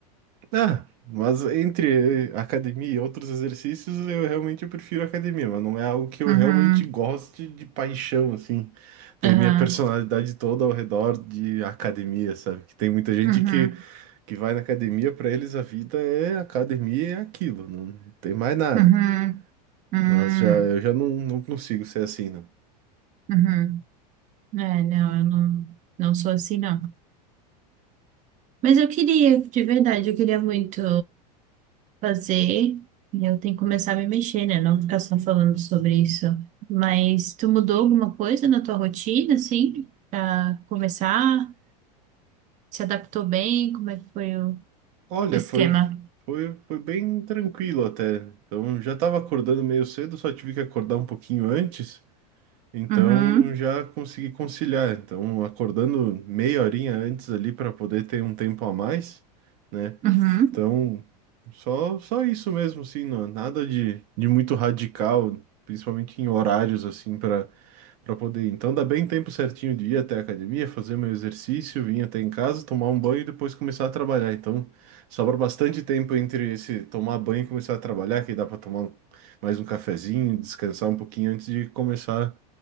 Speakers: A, on the right; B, on the right.
A: Ah, mas entre academia e outros exercícios, eu realmente prefiro academia, mas não é algo que eu
B: Uhum,
A: realmente goste de paixão, assim, ter
B: uhum,
A: minha personalidade toda ao redor de academia, sabe? Que tem muita gente
B: uhum,
A: que, que vai na academia, pra eles a vida é academia e é aquilo, não tem mais nada.
B: uhum, uhum,
A: Mas já eu já não, não consigo ser assim, né?
B: uhum. É, não, eu não, não sou assim, não. Mas eu queria, de verdade, eu queria muito fazer. E eu tenho que começar a me mexer, né? Não ficar só falando sobre isso. Mas tu mudou alguma coisa na tua rotina, assim, pra começar? Se adaptou bem? Como é que foi o,
A: Olha,
B: o esquema?
A: foi, foi, foi bem tranquilo até. Então já tava acordando meio cedo, só tive que acordar um pouquinho antes. Então
B: Uhum,
A: já consegui conciliar. Então, acordando meia horinha antes ali para poder ter um tempo a mais, né?
B: uhum,
A: Então, só, só isso mesmo, assim, não, nada de, de muito radical, principalmente em horários, assim, para para poder ir. Então, dá bem tempo certinho de ir até a academia, fazer meu exercício, vir até em casa, tomar um banho e depois começar a trabalhar. Então, sobra bastante tempo entre esse tomar banho e começar a trabalhar, que dá para tomar um- mais um cafezinho, descansar um pouquinho antes de começar